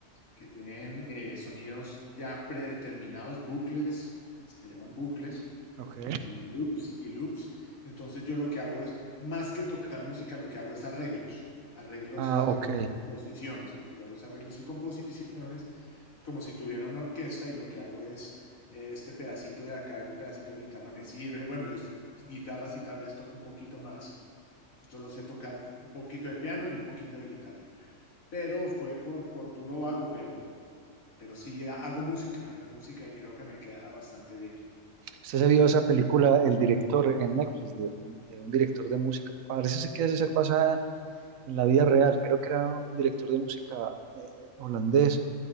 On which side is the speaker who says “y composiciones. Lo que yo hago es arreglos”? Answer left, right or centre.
Left